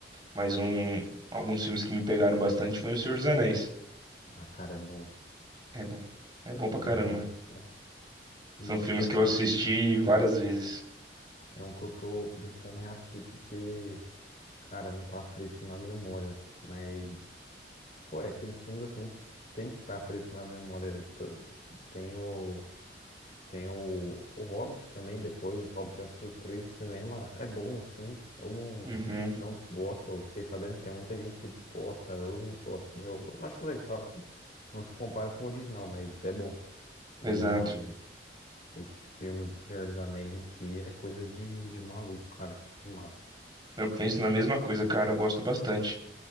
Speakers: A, on the right (about 25°); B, on the left (about 45°).
A: mas um alguns filmes que me pegaram bastante foi O Senhor dos Anéis.
B: Ah, cara, é bom.
A: É bom. É
B: É
A: bom
B: bom
A: pra caramba.
B: demais, cara. E,
A: São filmes
B: pô,
A: que
B: é
A: eu assisti
B: um filme assim.
A: várias
B: que
A: vezes.
B: É um que eu tô precisando reassistir porque, cara, não tá fresco na memória. Mas, pô, é aqueles filmes assim que tem que estar tá fresco na memória. Tá- Tem o Tem o, o Hobbit também, depois, os Hobbit eu assisti os três no cinema, é bom, assim, eu não,
A: Uhum,
B: não desgosto, eu fiquei sabendo que tem muita gente que desgosta, eu não sou assim, eu, eu acho legal, não se compara com o original, mas é bom. E
A: exato.
B: os filmes do Senhor dos Anéis em si é coisa de, de maluco, cara, que filmaço.
A: Eu penso na mesma coisa, cara, eu gosto bastante.